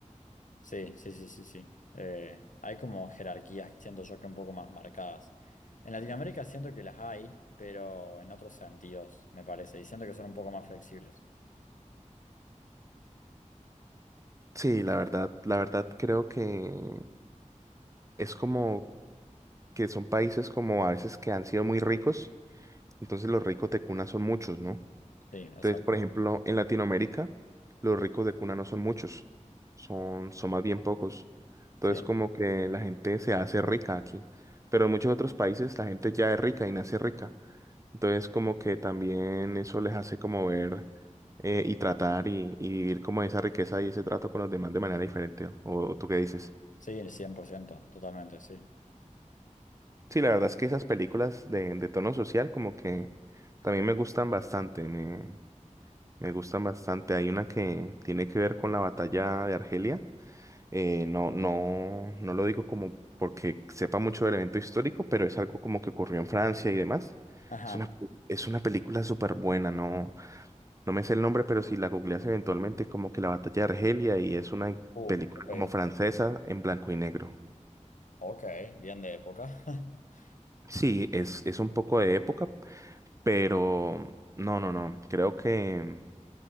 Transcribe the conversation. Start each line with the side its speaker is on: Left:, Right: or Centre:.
Left: Sí, sí, sí, sí, sí. Eh, hay como jerarquías, siento yo que un poco más marcadas. En Latinoamérica siento que las hay, pero en otros sentidos, me parece, y siento que son un poco más flexibles.
Right: Sí, la verdad, la verdad creo que es como que son países como a veces que han sido muy ricos, entonces los ricos de cuna son muchos, ¿no?
Left: Sí, exacto.
Right: Entonces, por ejemplo, en Latinoamérica, los ricos de cuna no son muchos, son, son más bien pocos. Entonces,
Left: Sí,
Right: como que la gente se hace rica aquí, pero en muchos otros países la gente ya es rica y nace rica. Entonces, como que también eso les hace como ver eh, y tratar y, y vivir como esa riqueza y ese trato con los demás de manera diferente. ¿O, o tú qué dices?
Left: sí, 100% totalmente, sí.
Right: Sí, la verdad es que esas películas de, de tono social como que también me gustan bastante. Me, Me gustan bastante. Hay una que tiene que ver con la batalla de Argelia. Eh, no, no, no lo digo como porque sepa mucho del evento histórico, pero es algo como que ocurrió en Francia y demás.
Left: Ajá.
Right: Es una, es una película súper buena, no, no me sé el nombre, pero si la googleas eventualmente, como que la batalla de Argelia y es una
Left: Uh,
Right: película
Left: ok.
Right: como francesa en blanco y negro.
Left: Ok, bien de época. <laughs>
Right: Sí, es, es un poco de época, pero no, no, no. Creo que